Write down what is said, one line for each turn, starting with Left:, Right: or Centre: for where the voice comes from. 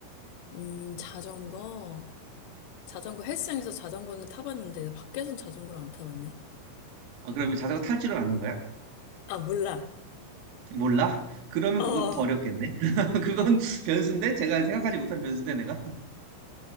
Left: 음, 자전거. 자전거, 헬스장에서 자전거는 타봤는데, 밖에선 자전거를 안 타봤네.
Right: 아, 그러면 자전거 탈 줄은 아는 거야?
Left: 아, 몰라.
Right: 몰라? 그러면
Left: 어.
Right: 그건 더 어렵겠네. <laughs> 그건 변수인데 제가 생각하지 못한 변수인데 내가